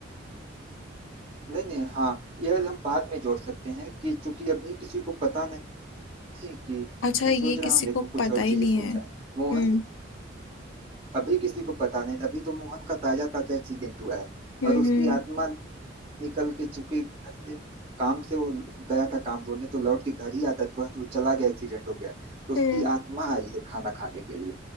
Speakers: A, on the right; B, on the left.
A: नहीं नहीं हाँ यह हम बाद में जोड़ सकते हैं कि चूंकि अभी किसी को पता नहीं कि
B: अच्छा
A: मैं
B: ये
A: सोच रहा
B: किसी
A: हूँ देखो
B: को
A: कुछ
B: पता
A: और
B: ही
A: चीजें
B: नहीं
A: सोचा
B: है
A: है मोहन
B: हम्म
A: अभी किसी को पता नहीं अभी तो मोहन का ताजा ताजा एक्सीडेंट हुआ है
B: हम्म
A: और उसकी
B: हम्म
A: आत्मा निकल के चूंकि घर से काम से वो गया था काम ढूंढने तो लौट के घर ही आता था तो वो चला गया एक्सीडेंट हो गया तो उसकी
B: हम्म,
A: आत्मा आई है खाना खाने के लिए